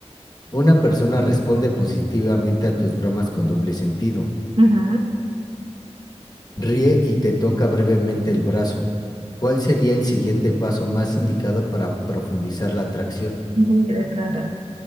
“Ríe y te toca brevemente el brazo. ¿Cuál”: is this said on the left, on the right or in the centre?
Left